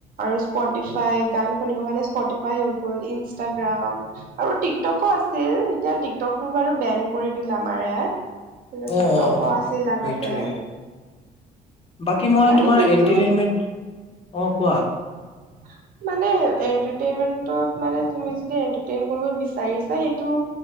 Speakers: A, on the right (about 55°); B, on the left (about 35°).
A: আৰু স্পটিফাই গান শুনিব কাৰণে স্পটিফাই হৈ গ'ল ইনষ্টাগ্ৰাম আৰু টিকটকো আছিল এতিয়া টিকটকটো বাৰু বেন কৰি দিল আমাৰ ইয়াত। কিন্তু
B: অ
A: টিক টকো আছিল আগতে।
B: সেইটোৱে বাকী মই
A: মানে
B: তোমাৰ
A: কিন্তু
B: এনটাৰটেইনমেন্ট অ কোৱা
A: হয়। মানে এনটাৰটেইনমেন্টত মানে তুমি যদি এনটাৰটেইনমেন্টত কৰিব বিচাৰিচা সেইটো